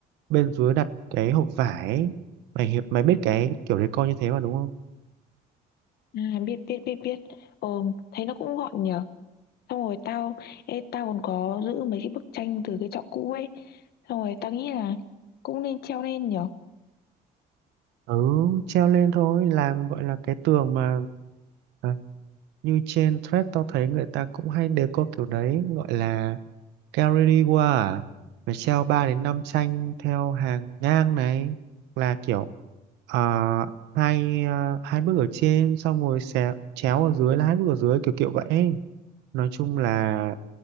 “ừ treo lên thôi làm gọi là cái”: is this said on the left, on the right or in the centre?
Right